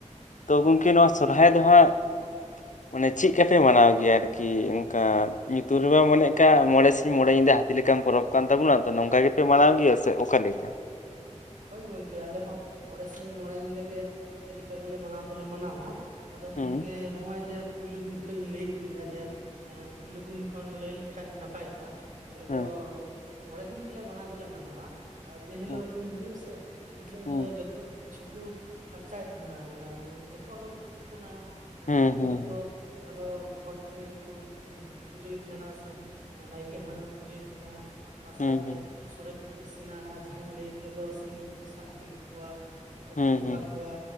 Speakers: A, on the left; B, on the right.
A: ᱛᱚ ᱜᱚᱝᱠᱮ ᱱᱚᱣᱟ ᱥᱚᱨᱦᱟᱭ ᱫᱚ ᱦᱟᱸᱜ ᱢᱟᱱᱮ ᱪᱤᱠᱟ ᱯᱮ ᱢᱟᱱᱟᱣ ᱜᱮᱭᱟ ᱟᱨᱠᱤ ᱚᱱᱠᱟ ᱧᱩᱛᱩᱢ ᱨᱮᱢᱟ ᱢᱮᱠᱟᱜ ᱢᱚᱬᱮ ᱥᱤᱧ ᱢᱚᱬᱮ ᱧᱤᱫᱟᱹ ᱦᱟᱛᱤ ᱞᱮᱠᱟᱱ ᱯᱚᱨᱚᱵᱽ ᱠᱟᱱ ᱛᱟᱵᱚᱱᱟ ᱛᱚ ᱱᱚᱝᱠᱟ ᱜᱮᱯᱮ ᱢᱟᱱᱟᱣ ᱜᱮᱭᱟ ᱥᱮ ᱚᱠᱟᱮ ᱞᱮᱠᱟ
B: ᱦᱳᱭ ᱜᱚᱝᱠᱮ ᱟᱞᱮ ᱦᱚᱸ ᱢᱚᱬᱮ ᱥᱤᱧ ᱢᱚᱬᱮ ᱧᱤᱫᱟᱹ ᱜᱮ ᱦᱟᱹᱛᱤ ᱞᱮᱠᱟ ᱜᱮᱞᱮ ᱢᱟᱱᱟᱣ ᱫᱚᱞᱮ ᱢᱟᱱᱟᱣᱼᱟ ᱟᱫᱚ ᱜᱚᱝᱠᱮ
A: ᱦᱩᱸ
B: ᱦᱚᱜᱼᱚᱭ ᱡᱮ ᱯᱳᱭᱞᱳ ᱫᱤᱱ ᱠᱷᱚᱱ ᱤᱧ ᱞᱟᱹᱭ ᱤᱫᱤᱜᱼᱟ ᱡᱮ ᱮ ᱯᱳᱭᱞᱳ ᱫᱤᱱ ᱠᱷᱚᱱ ᱞᱟᱹᱭ ᱞᱮᱠᱷᱷᱟ ᱱᱟᱯᱟᱭᱚᱜᱼᱟ ᱟᱞᱮ
A: ᱦᱮᱸ
B: ᱫᱚ ᱢᱚᱬᱮ ᱫᱤᱱ ᱜᱮᱞᱮ ᱢᱟᱱᱟᱣ ᱫᱚᱞᱮ ᱢᱟᱱᱟᱣᱟ ᱡᱮᱦᱤᱞᱳᱜ
A: ᱦᱩᱸ
B: ᱩᱢ ᱦᱤᱞᱳᱜ ᱥᱮ ᱮᱱᱦᱤᱞᱳᱜ
A: ᱦᱩᱸ
B: ᱫᱚ ᱡᱚᱛᱚ ᱠᱤᱪᱷᱩ ᱠᱚ ᱯᱷᱟᱨᱪᱟᱭ ᱛᱟᱦᱮᱱᱟ ᱢᱟᱱᱮ ᱡᱚᱛᱚ ᱦᱚᱲ ᱜᱮᱠᱚ ᱛᱩᱯᱩᱱᱟ᱾ ᱮᱱᱦᱤᱞᱳᱜ
A: ᱦᱩᱸ ᱦᱩᱸ
B: ᱫᱚ ᱡᱟᱦᱟᱸ ᱫᱚ ᱜᱚᱴ ᱴᱟᱺᱰᱤ ᱯᱩᱡᱟᱹᱭ ᱛᱟᱦᱮᱱᱟ ᱱᱟᱭᱠᱮ ᱦᱟᱲᱟᱢᱮ ᱯᱩᱡᱟᱹᱭ ᱛᱟᱦᱮᱱᱟ ᱚᱱᱟ
A: ᱦᱩᱸ
B: ᱥᱟᱶᱛᱮ ᱥᱚᱲᱮ ᱠᱚᱠᱚ ᱤᱥᱤᱱᱟ ᱟᱨ ᱡᱟᱦᱟᱸᱟᱧ ᱞᱟᱹᱭ ᱠᱮᱫ ᱫᱚ ᱥᱤᱢ ᱠᱚᱠᱚ ᱥᱟᱵ ᱤᱫᱤ ᱠᱟᱠᱚᱣᱟ ᱩᱱᱠᱩ
A: ᱦᱩᱸ
B: ᱠᱚ ᱵᱚᱸᱜᱟ
A: ᱦᱩᱸ
B: ᱠᱚᱣᱟ
A: ᱦᱩᱸ